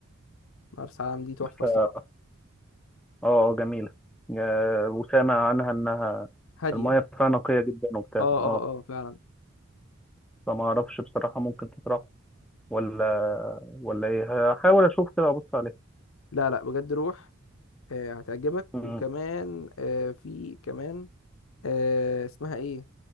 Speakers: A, on the left (about 75°); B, in the centre.
A: مرسى علم دي تحفه
B: ف-
A: الصراحه
B: اه آه، جميله آه، وسامع عنها انها
A: هاديه
B: المايه فيها نقيه جدا وبتاع
A: اه
B: اه
A: اه اه فعلا
B: فما اعرفش بصراحه ممكن تتراح ولا ولا ايه هحاول اشوف كده ابص عليه
A: لا لا بجد روح آه هتعجبك
B: مم.
A: وكمان آه في كمان آه اسمها ايه